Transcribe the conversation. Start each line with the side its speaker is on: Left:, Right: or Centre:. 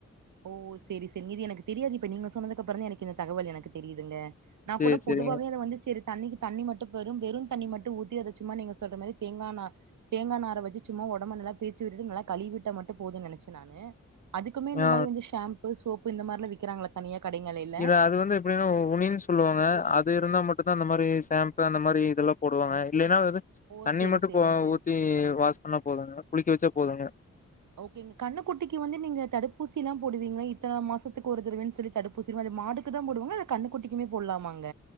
Right: ஓ சரி சரி நீது எனக்கு தெரியாது இப்ப நீங்க சொன்னது அப்றோ தா எனக்கு இந்த தகவல் எனக்கு தெரியுதுங்க நா
Left: சரி,
Right: கூட
Left: சரிங்க.
Right: பொதுவாவே அத வந்து சேரி தண்ணிக்கு தண்ணி மட்டு பெறும் வெறும் தண்ணி மட்டும் ஊத்தி அத சும்மா நீங்க சொல்ற மாரி தேங்கானா தேங்கா நார வெச்சு சும்மா உடம்பு நல்லா தேச்சு விட்டு நல்லா கழுவிட்டா மட்டு போதுனு நெனைச்சே நானு அதுக்குமே இந்த
Left: ஆ
Right: மாரி வந்து ஷாம்பு சோப்பு இந்த மாரிலா விக்கிறாங்களா தனிய கடைகளில
Left: இல்ல அது வந்து எப்டினா ஒ மீன் சொல்லுவாங்க அது இருந்தா மட்டும் தா அந்த மாரி சேம்பு அந்த மாரி இதெல்லா போடுவாங்க இல்லின்னா
Right: ஓ
Left: தண்ணி
Right: செரி
Left: மட்டு
Right: செரிங்க
Left: போ ஊத்தி வாஷ் பண்ணா போதுங்க குளிக்க வெச்சா போதுங்க
Right: ஓகேங்க கண்ணுக்குட்டிக்கு வந்து நீங்க தடுப்பூசில்லா போடுவீங்களா இத்தன மாசத்துக்கு ஒரு தடவன்னு சொல்லி தடுப் பூசி மாடுக்கு தா போடுவாங்களா இல்ல கண்ணு குட்டிக்குமே போட்லாமாங்க